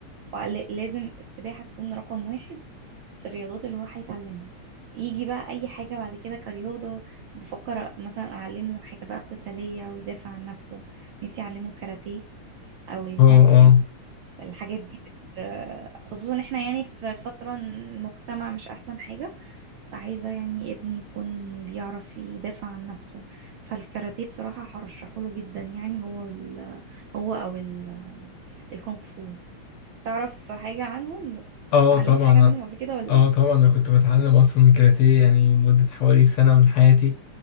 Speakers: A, on the right; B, on the left.
A: ولازم السباحه تكون رقم واحد في الرياضات اللي هو هيتعلمها يجي بقى اي حاجه بعد كده كرياضه بفكر مثلا اعلمه حاجه بقى قتاليه ويدافع عن نفسه نفسي اعلمه كاراتيه او الكونغ
B: اه
A: فو
B: اه
A: الحاجات دي بت... خصوصا احنا يعني في فترة المجتمع مش احسن حاجة فعايزة يعني ابني يكون بيعرف يدافع عن نفسه فالكاراتيه بصراحة هرشحه له جدا يعني هو وال... هو او ال... الكونغ فو تعرف حاجة عنهم
B: اه
A: اتعلمت
B: طبعا
A: حاجة منهم قبل كده ولا
B: اه
A: ايه
B: طبعا انا كنت بتعلم اصلا كاراتيه يعني مده حوالي سنه من حياتي